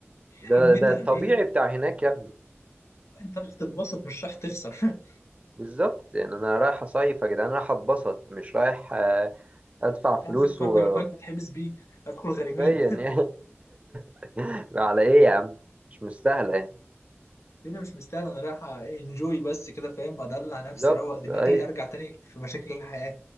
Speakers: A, on the left (about 85°); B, on the right (about 25°).
A: يا
B: ده
A: عمنا
B: ده الطبيعي
A: ايه
B: بتاع هناك يا ابني
A: انت رايح تتبسط مش رايح تخسر <laughs>
B: بالظبط يعني انا رايح اصيف يا جدعان رايح اتبسط مش رايح آه، ادفع
A: مش
B: فلوس
A: رايح تاخد قرض
B: وحرفيا
A: من البنك تتحبس بيه هتدخل غريمين
B: يعني <laughs> على ايه يا عم مش مستاهله يعني
A: الدنيا مش مستاهله انا رايح انجوي بس كده فاهم ادلع نفسي
B: بالظبط
A: اروق دماغي
B: اي
A: ارجع تاني في مشاكل الحياه